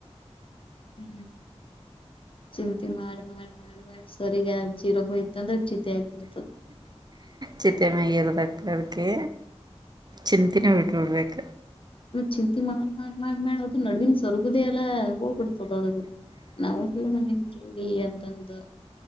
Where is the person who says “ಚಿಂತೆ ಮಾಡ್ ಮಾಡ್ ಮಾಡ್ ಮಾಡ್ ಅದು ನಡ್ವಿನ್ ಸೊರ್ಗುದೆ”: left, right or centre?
Left